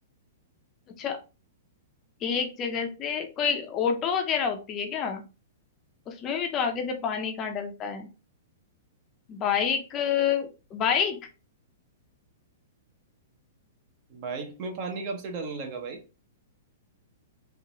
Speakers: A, on the left; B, on the right.
A: अच्छा एक जगह से कोई ऑटो वगैरह होती है क्या उसमें भी तो आगे से पानी कहाँ डलता है बाइक बाइक
B: बाइक में पानी कब से डालने लगा भाई